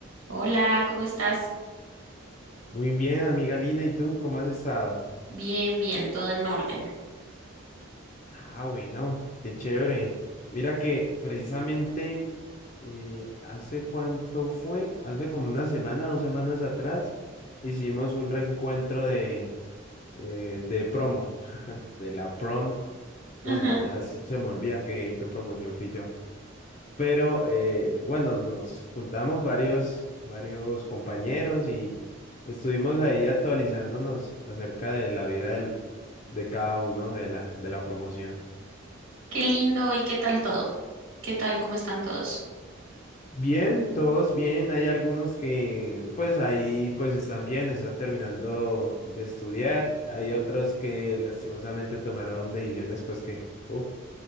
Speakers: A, on the right (about 80°); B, on the left (about 35°).
A: Hola, ¿cómo estás?
B: Muy bien, amiga Lina, ¿y tú cómo has estado?
A: Bien, bien, todo en orden.
B: Ah, bueno, qué chévere. Mira que precisamente eh, hace cuánto fue, hace como una semana, dos semanas atrás, hicimos un reencuentro de, eh, de promo, <laughs> de la prom. Bueno,
A: Ajá,
B: ya s- se me olvida qué, qué promoción fui yo. Pero eh, bueno, nos juntamos varios, varios compañeros y estuvimos ahí actualizándonos acerca de la vida del, de cada uno de la, de la promoción.
A: qué lindo. ¿Y qué tal todo? ¿Qué tal? ¿Cómo están todos?
B: Bien, todos bien. Hay algunos que pues ahí pues están bien, están terminando de estudiar. Hay otros que lastimosamente tomaron decisiones pues que... uf.